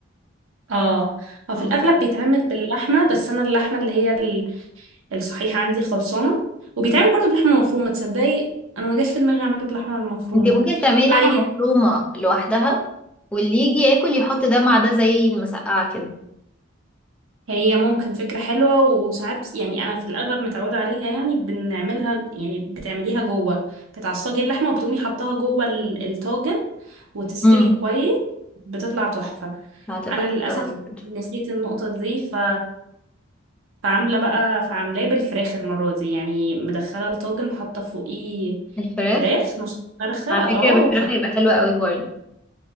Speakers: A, on the right; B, in the centre.
A: اه هو
B: مكرونه
A: في الاغلب بيتعمل باللحمه بس انا اللحمه اللي هي ال- الصحيحه عندي خلصانه وبيتعمل برضو بلحمه مفرومه تصدقي انا ما جاش في دماغي اعمله بلحمه مفرومه
B: انت ممكن تعملي لحمة
A: ما
B: مفرومة لوحدها واللي يجي ياكل يحط ده مع ده زي المسقعة كده
A: هي ممكن فكرة حلوة وساعات يعني أنا في الأغلب متعودة عليها يعني بنعملها يعني بتعمليها جوه بتعصجي اللحمة وبتقومي حطاها جوه ال- الطاجن وتستوي
B: امم
A: كويس بتطلع تحفة
B: هتبقى
A: أنا
B: حلوة
A: للأسف
B: قوي برضه
A: نسيت النقطة دي ف... فعاملة بقى فعاملاه بالفراخ المرة دي يعني مدخلة الطاجن وحاطة فوقيه
B: الفراخ
A: فراخ نص فرخة
B: على
A: اه
B: فكره بالفراخ
A: وحاطة
B: هيبقى حلو قوي برضه